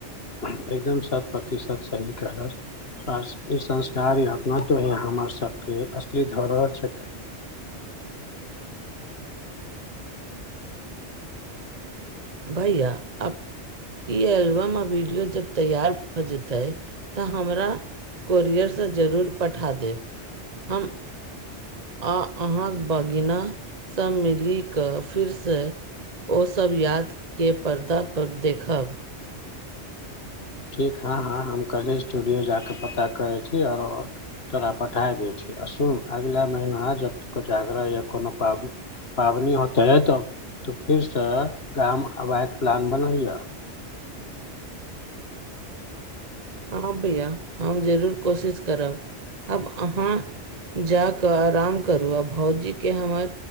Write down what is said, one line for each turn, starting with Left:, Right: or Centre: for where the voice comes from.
Left: एकदम सात प्रतिशत सही कहालश! ई संस्कारी अपनातो ही हमर सबके असली धरोहर छ!
Right: भैया अब, ई एलबम आ वीडियो जब तैयार भए जेते तऽ हमरा, कोरियर सँ जरूर पठा देब हम, आ अहाँक भगिना स मिली क फिर से, ओ सब यादके पर्दा पर देखब!
Left: ठीक हँ हँ हम कलहि स्टूडियो जा कऽ पता करैत छी और तोरा पठाए दै छी आ सुन अगिला महिना आ जत कोजागरा या कोनो पाबनि, पाबनि होतै त तु फिरसँ गाम अबाक प्लान बनैह!
Right: हँ भैया हम जरूर कोशिश करब आब अहाँ, जा कऽ आराम करू आ भोजी के हमर